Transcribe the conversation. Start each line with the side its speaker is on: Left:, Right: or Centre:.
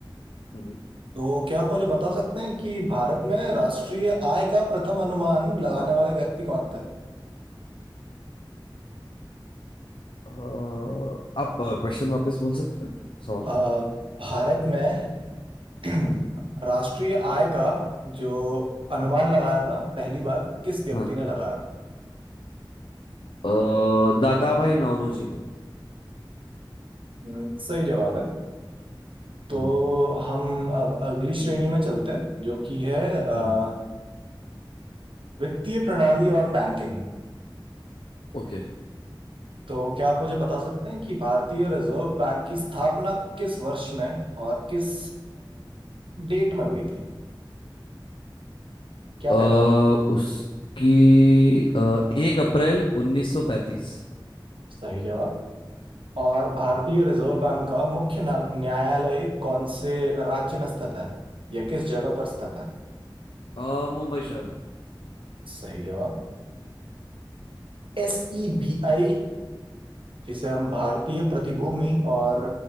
Left: हम्म।
Right: तो क्या आप मुझे बता सकते हैं कि भारत में राष्ट्रीय आय का प्रथम अनुमान लगाने वाले व्यक्ति कौन थे
Left: अ, आप क्वेश्चन वापस बोल सकते हैं सवाल
Right: अ, भारत में <clears throat>
Left: हम्म
Right: राष्ट्रीय आय का जो अनुमान
Left: हम्म।
Right: लगाया था पहली बार किस व्यक्ति
Left: हाँ
Right: ने लगाया था
Left: अ, दादा भाई नौरोजी ने
Right: हम्म, सही जवाब है तो
Left: हम्म
Right: हम अब अगली श्रेणी में चलते हैं जो कि है अ,
Left: हम्म
Right: वित्तीय प्रणाली और बैंकिंग
Left: ओके
Right: तो क्या आप मुझे बता सकते हैं कि भारतीय रिजर्व बैंक की स्थापना किस वर्ष में और किस डेट में हुई थी क्या
Left: अ,
Right: दिनांक थी
Left: उसकी एक अप्रैल 1935
Right: सही जवाब और भारतीय
Left: हम्म,
Right: रिजर्व बैंक का मुख्य न्या- न्यायालय कौन से राज्य में स्थित है या किस जगह पर स्थित है
Left: अ, मुंबई शहर में
Right: सही जवाब एस ई बी आई जिसे हम भारतीय प्रतिभूति और